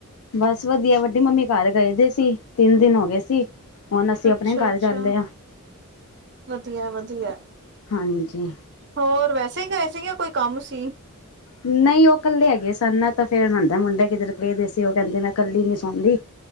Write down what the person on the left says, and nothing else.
ਬਸ ਵਧੀਆ, ਵੱਡੀ ਮੰਮੀ ਘਰ ਗਏ ਦੇ ਸੀ, ਤਿੰਨ ਦਿਨ ਹੋ ਗਏ ਸੀ। ਹੁਣ ਅਸੀਂ
ਆਪਣੇ ਘਰ
ਜਾਂਦੇ ਆ
ਹਾਂਜੀ।
ਨਹੀਂ ਉਹ ਇਕੱਲੇ ਹੈਗੇ ਸਨ ਨਾ ਤਾਂ ਫੇਰ ਉਹਦਾ ਮੁੰਡਾ ਕਿਧਰ ਕਦੇ ਸੀ ਉਹ ਕਹਿੰਦੇ ਨਾ ਕੱਲੀ ਨੀ ਸੌਂਦੀ